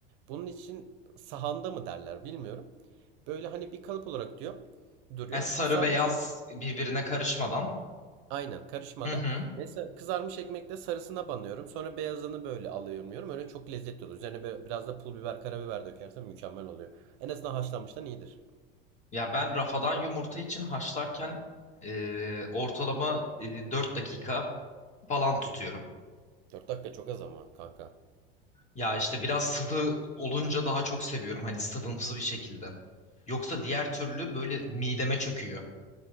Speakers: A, on the right (about 60°); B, on the left (about 25°).
A: Bunun için sahanda mı derler bilmiyorum. Böyle hani bir kalıp olarak diyor duruyor.
B: Yani sarı
A: Kızarmış
B: beyaz
A: ek-
B: birbirine karışmadan.
A: aynen karışmadan.
B: Hı hı.
A: Mesela kızarmış ekmekle sarısına banıyorum. Sonra beyazını böyle alıyorum. yiyorum. Öyle çok lezzetli oluyor. Üzerine böyle biraz da pul biber, karabiber dökersen mükemmel oluyor. En azından haşlanmıştan iyidir.
B: Ya ben rafadan yumurta için haşlarken e, ortalama e, 4 dakika falan tutuyorum.
A: 4 dakika çok az ama kanka.
B: Ya işte biraz sıvı olunca daha çok seviyorum hani sıvımsı bir şekilde. Yoksa diğer türlü böyle mideme çöküyor.